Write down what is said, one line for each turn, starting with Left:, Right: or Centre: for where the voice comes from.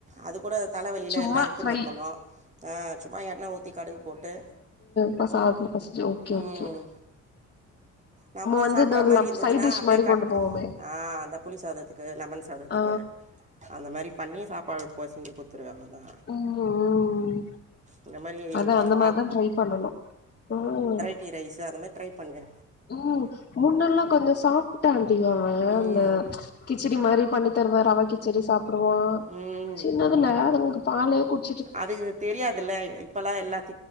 Right: அது கூட தலவலில
Left: சும்மா
Right: எல்லா எத்துன்னு
Left: ஃப்ரை
Right: இக்கணு சும்மா எண்ண ஊத்தி கடுகு போட்டு
Left: ப சாதத்துல பெசஞ்சி ஓகே
Right: ம்
Left: ஓகே
Right: நம்ம
Left: வந்து
Right: சாப்ற
Left: இந்த
Right: மாரி இருந்ததுன்னா
Left: சைட் டிஷ்
Right: அப்டியே
Left: மாரி
Right: கட்
Left: கொண்டு போவோமே
Right: ஆஹ் அந்த புளி சாதத்துக்கு க்கு லெமன் சாதத்துக்கு
Left: ஆ
Right: அந்த மாரி பண்ணி சாப்பாடு பெசஞ்சு குட்த்துருவே அவ்ளோதா
Left: ம் உ ம்
Right: இந்த மாரி
Left: அதா அந்த
Right: அவ
Left: மாரிதா ட்ரை பண்ணணு ம்
Right: கீ ரைஸு அதை மாரி ட்ரை பண்ணே
Left: ம் முன்னெல்லா கொஞ்சோ சாப்ட்டாண்டி அவெ
Right: ம்
Left: அந்த கிச்சடி மாரி பண்ணி தருவாரு ரவ கிச்சடி சாப்புடுவோ
Right: ம்
Left: சின்னதுல அதுங்களுக்கு பாலே குடுத்
Right: அது தெரியாதுல்ல இப்பல்லா எல்லாத்